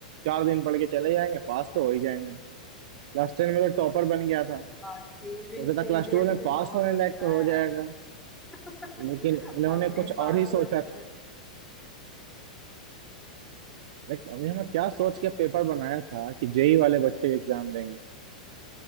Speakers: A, on the right; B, in the centre.
A: चार दिन पढ़ के चले जाएंगे पास तो हो ही जाएंगे क्लास टेन में तो टॉपर बन गया था
B: सीबी
A: सोचा
B: सीबीएसई
A: था क्लास ट्वेल्व में पास
B: बोर्ड
A: होने
B: होता
A: लायक तो हो
B: है
A: जाएगा
B: <laughs>
A: लेकिन इन्होंने
B: अब नहीं
A: कुछ
B: पास
A: और ही सोचा
B: हुए तो फिर
A: था लेकिन अब इन्होंने क्या सोच के पेपर बनाया था कि जेई वाले बच्चे एग्जाम देंगे